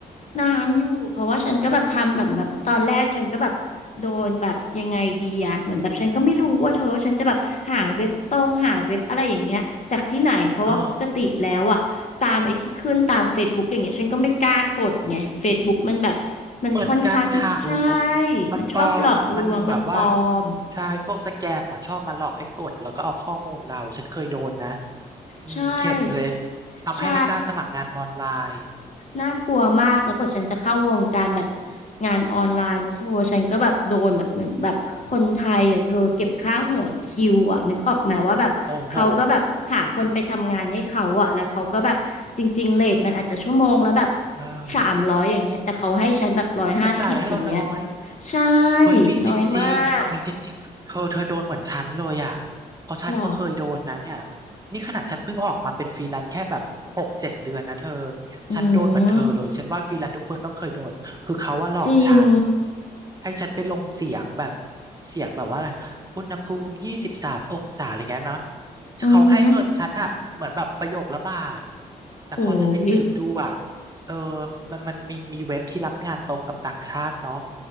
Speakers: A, on the left; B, on the right.
A: นานอยู่เพราะว่าฉันก็แบบทำแบบแบบตอนแรกฉันก็แบบโดนแบบยังไงดีอะเหมือนแบบฉันก็ไม่รู้ว่าเธอว่าฉันจะแบบหาเว็บตรงหาเว็บอะไรอย่างเงี้ยจากที่ไหนเพราะว่าปกติแล้วอะ
B: อ่า
A: ตามไอ้ที่ขึ้นตาม Facebook อย่างเงี้ยฉันก็ไม่กล้ากดไง Facebook มันแบบมันค่อนข้างใช่
B: เหมือนกันค่ะอูมันปลอมอะมันมีแบบว่า
A: มันชอบหลอกลวงมันปลอม
B: ใช่พวกสแกมอ่ะชอบมาหลอกให้กดแล้วก็เอาข้อมูลเราฉันเคยโดนนะอืมเข็ดเลย
A: ใช่
B: ทำให้ไม่กล้าสมัครงานออนไลน์
A: ใช่ น่ากลัวมากแล้วกว่าฉันจะเข้าวงการแบบงานออนไลน์นะเธอฉันก็แบบโดนแบบเหมือนแบบคนไทยอ่ะเธอเก็บค่าหัวคิวอ่ะนึกออกไหมว่าแบบเขาก็แบบหาคนไปทำงานให้เขาอ่ะแล้วเขาก็แบบจริงๆเรทมันอาจจะชั่วโมงแล้วแบบ
B: โอ้โหเออ
A: สามร้อยอย่างเงี้ยแต่เขาให้ฉันแบบร้อยห้าสิบอย่างเงี้ย
B: จะจ่ายให้เราน้อย
A: ใช่
B: เฮ้ยมีจริงๆมีจริงๆเธอเธอโดนเหมือนฉันเลยอ่ะ
A: น้อยมาก
B: เพราะฉันก็เคยโดนนะเนี่ย
A: หรอ
B: นี่ขนาดฉันเพิ่งออกมาเป็นฟรีแลนซ์แค่แบบหกเจ็ดเดือนนะเธอ
A: อืม
B: ฉันโดนเหมือนเธอเลยฉันว่าฟรีแลนซ์ทุกคนต้องเคยโดนคือเขาว่าหลอกฉัน
A: จริง
B: ให้ฉันไปลงเสียงแบบเสียงแบบว่าอะไรอุณหภูมิยี่สิบสามองศาอะไรเงี้ยเนาะ
A: อือหือ
B: เขาให้เงินฉันอ่ะเหมือนแบบประโยคละบาทแต่พอฉันไปสืบดูอ่ะ
A: โอ้ย
B: เออมันมันมีมีเว็บที่รับงานตรงกับต่างชาติเนาะ